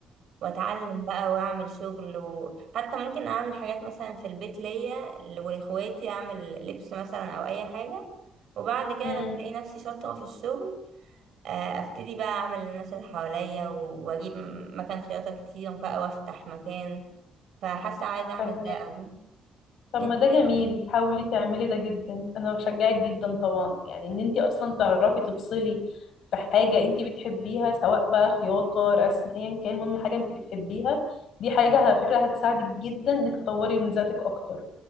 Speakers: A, on the right; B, on the left.
A: واتعلم بقى واعمل شغل وحتى ممكن اعمل حاجات مثلا في البيت ليا ولاخواتي اعمل لبس مثلا او اي حاجة وبعد كده
B: امم
A: لما الاقي نفسي شاطرة في الشغل آه، ابتدي بقى اعمل للناس اللي حواليا و- واجيب مكان خياطة كتير بقى وافتح مكان فحاسة عايزة اعمل
B: فاهمك
A: ده قوي
B: طب
A: انتي
B: ما ده جميل
A: ايه رأيك؟
B: حاولي تعملي ده جدا انا بشجعك جدا طبعا يعني ان انت اصلا تعرفي تفصلي في حاجه انت بتحبيها سواء بقى خياطه رسم ايا كان المهم حاجه انت بتحبيها دي حاجه على فكره هتساعدك جدا انك تطوري من ذاتك اكتر